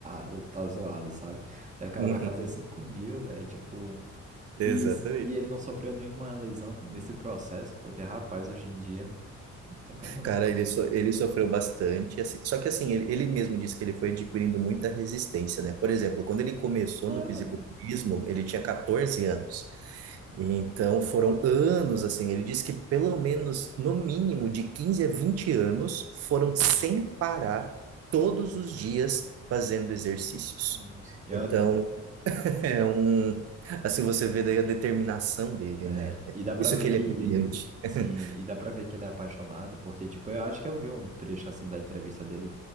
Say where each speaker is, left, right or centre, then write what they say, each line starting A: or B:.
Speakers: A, on the right; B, on the right.
A: tá, tá zoado, sabe? Daí o cara
B: Uhum,
A: vai fazer cinco mil, velho, tipo.
B: exatamente.
A: E, e ele não sofreu nenhuma lesão nesse processo, porque, rapaz, hoje em dia não tem como não.
B: Cara, ele, so- ele sofreu bastante, assim, só que assim, ele, ele mesmo disse que ele foi adquirindo muita resistência, né? Por exemplo, quando ele começou
A: Claro,
B: no fisiculturismo,
A: né?
B: ele tinha 14 anos. Então foram anos, assim, ele disse que pelo menos, no mínimo, de 15 a 20 anos, foram sem
A: Hum,
B: parar, todos os dias, fazendo exercícios.
A: Nossa. Eu,
B: Então,
A: at-
B: <laughs> é um... Assim, você vê daí a determinação dele,
A: É,
B: né? É
A: e dá pra
B: Isso
A: ver
B: que
A: que.
B: ele é brilhante. <laughs>
A: Sim, e dá pra ver que ele é apaixonado, porque, tipo, eu acho que eu vi um trecho assim da entrevista dele,